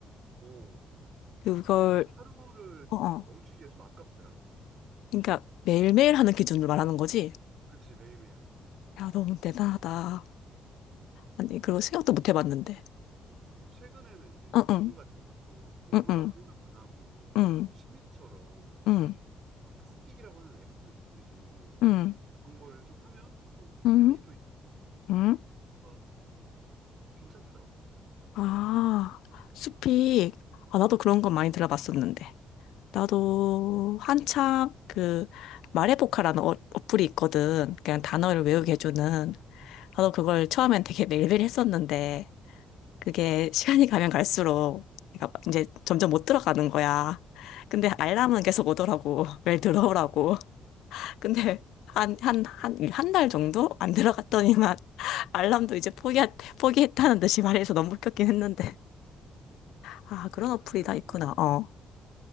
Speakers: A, on the right (about 55°); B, on the left (about 80°).
A: 어,
B: 그걸,
A: 이게 하루를
B: 어, 어.
A: 멈추기가 좀 아깝더라고.
B: 그러니까 매일매일 하는 기준을 말하는 거지?
A: 그치, 매일매일. 하는 거지.
B: 야, 너무 대단하다.
A: 음, 음.
B: 아니, 그거 생각도 못 해봤는데.
A: 그 최근에는 이제
B: 응,
A: 영어
B: 응,
A: 같은 것도 공부라고
B: 응, 응,
A: 생각 안 하고
B: 응,
A: 약간 취미처럼
B: 응,
A: 막 스픽이라고 하는 앱도 있듯이
B: 응,
A: 그런 걸 좀 하면 좀
B: 응,
A: 재미도 있고
B: 응.
A: 좀 뭔가 괜찮더라고.
B: 아, 숲이, 아, 나도 그런
A: 음,
B: 거
A: 음,
B: 많이
A: 음.
B: 들어봤었는데. 나도
A: 음, 음.
B: 한참 그 말해보카라는 어, 어플이 있거든. 그냥 단어를
A: 어,
B: 외우게 해주는.
A: 들어봤어.
B: 나도
A: 음,
B: 그걸 처음엔 되게 매일매일 했었는데 그게 시간이 가면 갈수록 내가 이제 점점 못 들어가는 거야. 근데
A: 그치.
B: 알람은 계속 오더라고. <laughs> 매일 들어오라고.
A: <laughs>
B: 근데 한, 한, 한, 한 달 정도 안 들어갔더니만 <laughs> 알람도 이제 포기했, 포기했다는 듯이 말해서 너무 웃겼긴 했는데. 아, 그런
A: 결국
B: 어플이
A: 삭제했구나.
B: 다 있구나. 어.